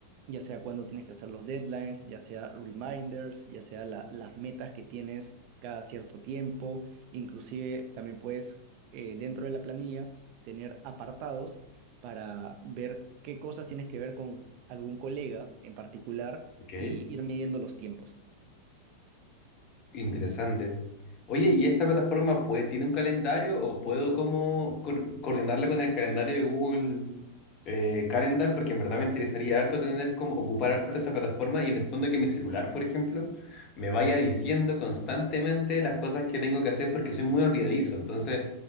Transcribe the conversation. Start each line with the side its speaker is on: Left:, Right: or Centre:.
Right: Ya sea cuando tienes que hacer los deadlines, ya sea reminders, ya sea la- las metas que tienes cada cierto tiempo, inclusive también puedes eh, dentro de la planilla tener apartados para ver qué cosas tienes que ver con algún colega en particular
Left: Ok.
Right: y ir midiendo los tiempos.
Left: Interesante. Oye, ¿y esta plataforma puede, tiene un calendario o puedo como cor- coordinarla con el calendario de Google eh, Calendar? Porque en verdad me interesaría harto tener como ocupar harto esa plataforma y en el fondo que mi celular, por ejemplo, me vaya diciendo constantemente las cosas que tengo que hacer porque soy muy olvidadizo. Entonces,